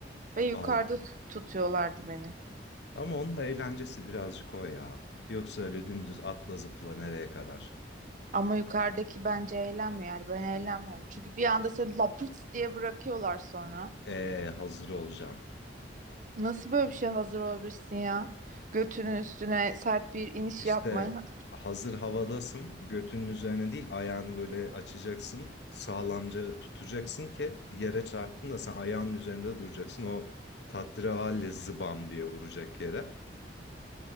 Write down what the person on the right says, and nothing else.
Ve yukarıda
tutuyorlardı beni.
Ama yukarıdaki bence eğlenmiyor yani ben eğlenmiyorum. Çünkü bir anda seni lapırt diye bırakıyorlar sonra.
Nasıl böyle bir şey hazır olabilirsin ya? Götünün üstüne sert bir iniş
yapmaya.